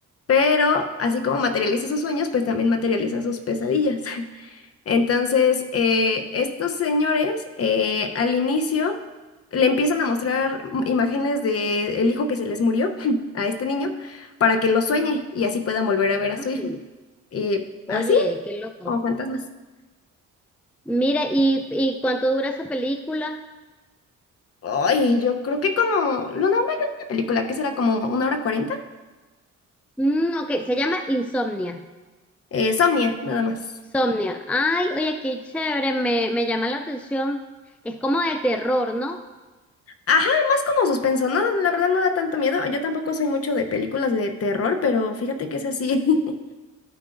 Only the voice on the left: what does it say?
Pero así como materializa sus sueños, pues también materializa sus pesadillas. <laughs> Entonces, eh,
estos señores eh, al inicio le empiezan a mostrar mm, imágenes de el hijo que se les murió <laughs> a este niño para que lo sueñe y así puedan volver a ver a su hijo.
Y
así.
O fantasmas.
Ay, yo creo que como lo normal de una película, que será como una hora cuarenta.
Eh, Somnia, nada más.
Ajá, más como suspenso, ¿no? La verdad no da tanto miedo. Yo tampoco soy mucho de películas de terror, pero fíjate que es así. <laughs>